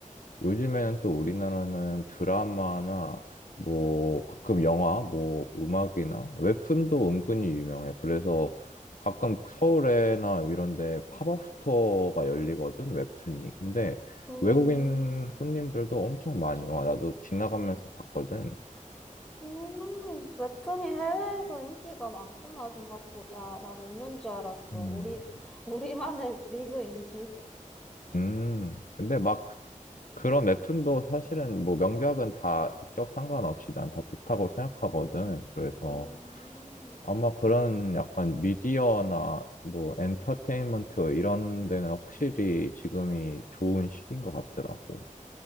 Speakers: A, on the left (about 75°); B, in the centre.
A: 요즘에는 또 우리나라는 드라마나 뭐 가끔 영화, 뭐 음악이나 웹툰도 은근히 유명해. 그래서 가끔 서울에나 이런 데 팝업 스토어가 열리거든, 웹툰이. 근데
B: 음.
A: 외국인 손님들도 엄청 많이 와. 나도 지나가면서 봤거든.
B: 음, 웹툰이 해외에서 인기가 많구나, 생각보다. 난 없는 줄 알았어.
A: 음.
B: 우리, <laughs> 우리만의 리그인 줄.
A: 음, 근데 막 그런 웹툰도 사실은 뭐 명작은 다 국적 상관없이 난 다 좋다고 생각하거든. 그래서
B: 음,
A: 아마 그런 약간 미디어나 뭐 엔터테인먼트 이런 데는 확실히 지금이 좋은 시기인 것 같더라고.